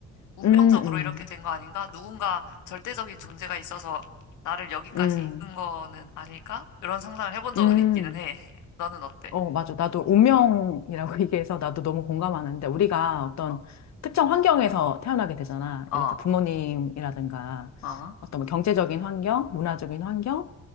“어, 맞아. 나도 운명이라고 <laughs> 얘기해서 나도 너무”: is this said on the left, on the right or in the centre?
Left